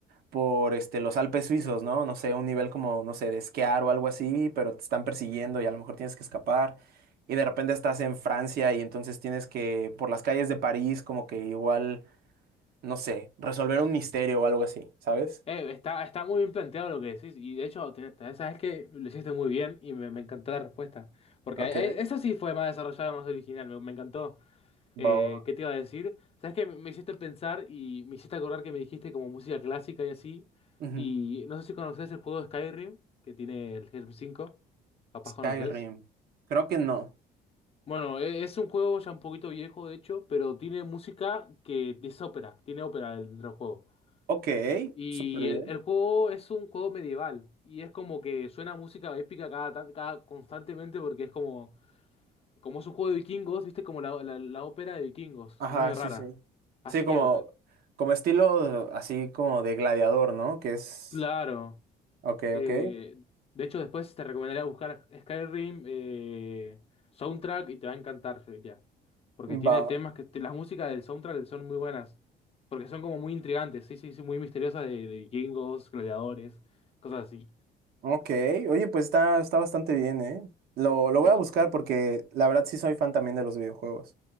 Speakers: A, on the right; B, on the left.
A: por este, los Alpes suizos, ¿no? No sé, un nivel como, no sé, de esquiar o algo así, pero te están persiguiendo y a lo mejor tienes que escapar. Y de repente estás en Francia y entonces tienes que, por las calles de París, como que igual, no sé, resolver un misterio o algo así, ¿sabes?
B: Eh, está, está muy bien planteado lo que decís. Y de hecho, te- te- sabes que lo hiciste muy bien y me, me encantó la respuesta. Porque
A: Ok,
B: eh, eso sí fue más desarrollado, más original. Me, me encantó.
A: Bao-
B: Eh, ¿qué te iba a decir? Sabes que me hiciste pensar y me hiciste acordar que me dijiste como música clásica y así.
A: Ujú.
B: Y no sé si conoces el juego de Skyrim que tiene el Helm 5. Capaz
A: Skyrim.
B: conoces.
A: Creo que no.
B: Bueno, e- es un juego ya un poquito viejo, de hecho, pero tiene música que es ópera. Tiene ópera dentro del juego.
A: Ok.
B: Y
A: súper bien.
B: el, el juego es un juego medieval. Y es como que suena música épica cada, tan- cada constantemente porque es como. Como es un juego de vikingos, viste como la, la la ópera de vikingos.
A: Ajá,
B: Es medio
A: sí,
B: rara.
A: sí.
B: Así
A: Sí, como,
B: que
A: como estilo así como de gladiador, ¿no? Que es.
B: Claro.
A: Ok,
B: eh,
A: ok.
B: de hecho, después te recomendaría buscar Skyrim eh, soundtrack y te va a encantar eh, ya. Porque
A: Va.
B: tiene temas que las músicas del soundtrack son muy buenas. Porque son como muy intrigantes, sí, sí, sí, muy misteriosas de, de vikingos, gladiadores, cosas así.
A: Ok. Oye, pues está, está bastante bien, ¿eh? Lo, lo
B: Sí.
A: voy a buscar porque la verdad sí soy fan también de los videojuegos.